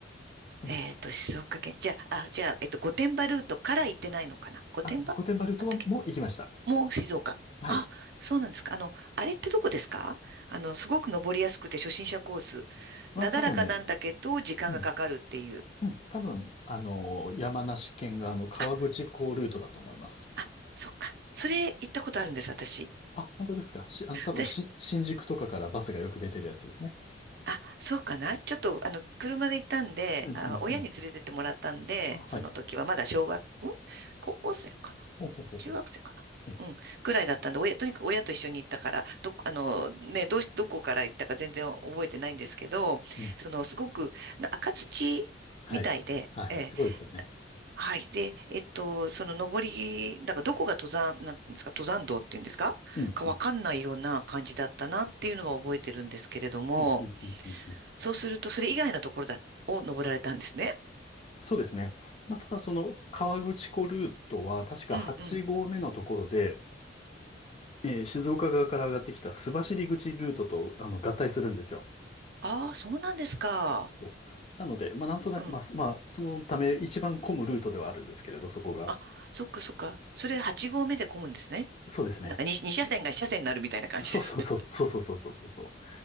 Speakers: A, on the left (about 35°); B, on the right (about 60°).
A: うん。
B: えっと、静岡県。じゃあ、あ、じゃあ、えっと、御殿場ルートから行ってないのかな御殿場なんだっけ
A: あ、御殿場ルートはもう行きました。
B: もう静岡。
A: はい。
B: あ、そうなんですか。あの、あれってどこですかあの、すごく登りやすくて初心者コース。
A: は多分ね、
B: なだらかなんだけど、時間がかかるっていう。
A: うん。うん。多分、あの、山梨県があの、川口港ルートだと思います。
B: あ、あ、そっか。それ行ったことあるんです、私。
A: あ、本当ですか。し、あの、多分、
B: 私、
A: し、新宿とかからバスがよく出てるやつですね。
B: あ、そうかな。ちょっと、あの、車で行ったんで、
A: うんうんうん。
B: あ、親に連れてってもらったんで、
A: あ、
B: その時はまだ小学、
A: はい。
B: ん高校生かな。
A: ほうほうほうほう。
B: 中学生かなうん。
A: え、
B: くらいだったんで、親、とにかく親と一緒に行ったから、どっ、あの、ね、どうし、どこから行ったか全然覚えてないんですけど、
A: うん。
B: その、すごく、な赤土みたいで、
A: はい。はい。
B: ええ、
A: すごいですよね。
B: はい。で、えっと、その登り、なんからどこが登山、なんていうんですか、登山道っていうんですかかわかんないような感じだったなっていうのは覚えてるんですけれども、
A: うん。うん。うんうんうんうんうん
B: そうすると、それ以外のところだ、を登られたんですね。
A: そうですね。まあ、ただその川口湖ルートは確か8合目のところで、
B: うんうん。
A: えー静岡側から上がってきた須走口ルートとあの合体するんですよ。
B: ああ、そうなんですか。
A: そうなので、まあ、なんとなく、
B: うん
A: まあ、そまあ、そのため一番混むルートではあるんですけれど、そこが。
B: あ、そっかそっか。それ8合目で混むんですね。
A: そうですね。
B: なんか 2, 2車線が1車線になるみたいな感じですね。
A: そうそうそうそうそうそうそうそう。